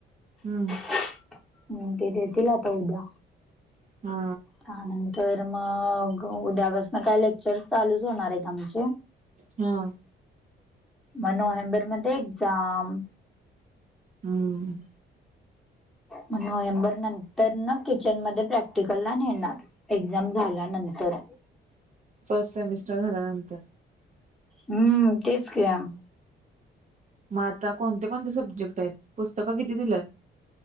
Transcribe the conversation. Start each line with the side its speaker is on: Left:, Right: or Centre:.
Right: हम्म.
Centre: हं. ते देतील आता उद्या.
Right: हा
Centre: त्यानंतर- त मग उद्यापासन काय लेक्चर्स चालूच होणारेत आमचे.
Right: हां.
Centre: म नोव्हेंबर मध्ये एक्झाम.
Right: हम्म.
Centre: म नोव्हेंबर नंतर ना किचन मध्ये प्रॅक्टिकलला नेणार. एक्झाम झाल्यानंतर.
Right: फर्स्ट सेमिस्टर झाल्यानंतर.
Centre: हम्म. तेच <unintelligible>
Right: म आता कोणते कोणते सब्जेक्ट आहेत? पुस्तकं किती दिल्यात?